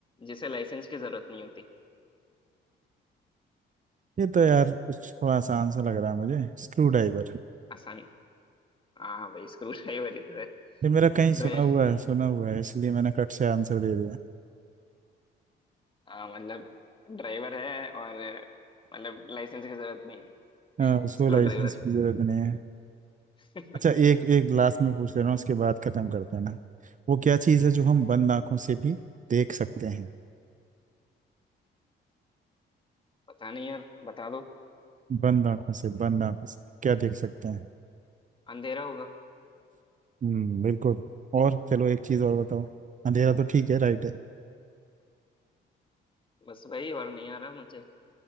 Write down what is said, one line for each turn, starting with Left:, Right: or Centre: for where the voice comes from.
Left: जिसे लाइसेंस की जरूरत नहीं होती
Right: ये तो यार कुछ थोड़ा आसान सा लग रहा है मुझे Screwdriver
Left: आसान हाँ भाई स्क्रू ड्राइवर ही तो है
Right: ये मेरा कहीं सुना
Left: ड्राइव
Right: हुआ है सुना हुआ है इसलिए मैंने कट से आंसर दे दिया
Left: हाँ मतलब ड्राइवर है और मतलब लाइसेंस की जरूरत नहीं
Right: हाँ, उसको
Left: Screw
Right: लाइसेंस
Left: driver
Right: की जरूरत नहीं है
Left: <laughs>
Right: अच्छा एक एक लास्ट में पूछ ले रहा हूँ उसके बाद खत्म करते हैं ना वो क्या चीज़ है जो हम बंद आंखों से भी देख सकते हैं
Left: पता नहीं यार बता दो
Right: बंद आंखों से बंद आंखों से क्या देख सकते हैं
Left: अंधेरा होगा
Right: हम्म बिल्कुल और चलो एक चीज और बताओ अंधेरा तो ठीक है राइट है
Left: बस भाई और नहीं आ रहा मुझे